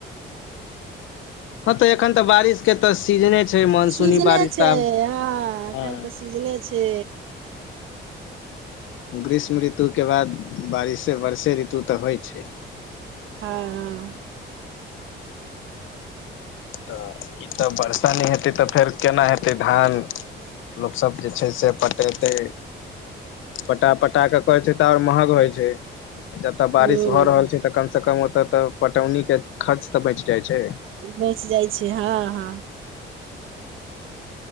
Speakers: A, on the left; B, on the right.
A: हँ तऽ एखन ते बारिश के त सीजने छै मानसूनी
B: सीजने
A: बारिश
B: छै
A: तऽ आब
B: हँ एखन
A: हँ
B: तऽ सीजने छै
A: ग्रीष्म ऋतु के बाद बारिशे बरषे ऋतु तऽ होइ छै
B: हाँ
A: तऽ ई तऽ वर्षो नहि हेतै तऽ फेर केना हेतै धान लोकसभ जे छै से पटतै पटा पटा कऽ कहै छै तऽ आओर महग होइ छै जतय बारिश
B: हूं
A: भऽ रहल छै तऽ कम से कम ओतय तऽ पटौनी के खर्च तऽ बच जाइ छै
B: बैच जाइ छै हँ हँ